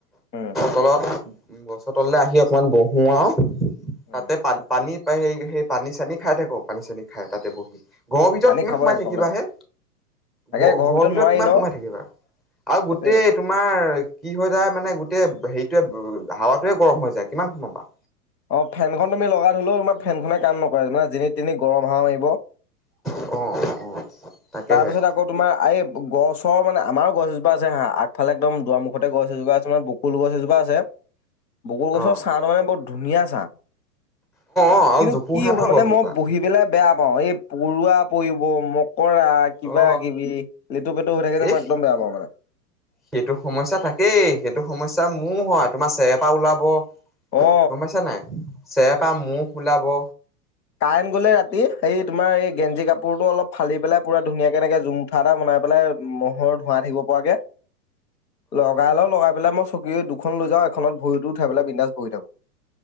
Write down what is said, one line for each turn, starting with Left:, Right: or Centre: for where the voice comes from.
Left: উম
Centre: তলত, গছৰ তললৈ আহি অকণমান বহো আৰু। তাতে
Left: উম
Centre: পানী পানী, সেই, সেই পানী চানী খাই থাকো পানী চানী খাই তাতে বহি। ঘৰ ভিতৰত
Left: পানী
Centre: কিমান
Left: খাব
Centre: সোমাই
Left: লাগে
Centre: থাকিবা
Left: খাব লাগে
Centre: হে।
Left: তাকে
Centre: ঘৰ
Left: ঘৰৰ
Centre: ঘৰ ভিতৰত
Left: নোৱাৰি
Centre: কিমান
Left: ন
Centre: সোমায় থাকিবা আৰু গোটেই
Left: সেইটোৱে
Centre: তোমাৰ কি হয় যায়, মানে গোটেই হেৰিটোৱে হাৱাতোৱে গৰম হৈ যায় কিমান সোমাবা।
Left: অ' ফেনখন তুমি লগাই থলেও তোমাৰ ফেনখনে কাম নকৰে মানে যেনি তেনি গৰম হাৱা মাৰিব।
Centre: অ' অ'। তাকেহে
Left: তাৰপিছত আকৌ তোমাৰ এই গছ মানে আমাৰো গছ এজোপা আছে হা আগফালে একদম দুৱাৰ মুখতে গছ এজোপা আছে মানে ব বকুল গছ এজোপা আছে, বকুল গছৰ
Centre: অ অ
Left: ছাহ ত মানে বৰ ধুনীয়া ছাহ।
Centre: অ আৰু
Left: কিন্তু
Centre: জোপোহা
Left: কি হ'ব
Centre: ন
Left: মানে
Centre: গছজোপা
Left: মই বহি পেলাই বেয়া পাওঁ, এই পৰুৱা পৰিব মকৰা কিবা
Centre: অ
Left: কিবি, লেটু পেটু এনেকে যে
Centre: এই
Left: মই একদম বেয়া পাওঁ মানে।
Centre: সেইটো সমস্যা থাকেই সেইটো সমস্যা মোৰ হয় তোমাৰ চেৰ পৰা ওলাব।
Left: অ
Centre: গম পাইছা নাই, চেৰপা মুখ ওলাব।
Left: কাৰেন গলে ৰাতি, সেই তোমাৰ এই গেঞ্জি কাপোৰটো অলপ ফালি পেলাই পুৰা ধুনীয়া কে এনেকে জম কঠা এটা বনাই পেলাই ম'হৰ ধোৱা থাকিব পৰাকে। লগাই লওঁ লগাই পেলাই মই চকী দুখন লৈ যাওঁ এখনত ভৰিতো উঠাই পেলাই বিন্দাছ বহি থাকো।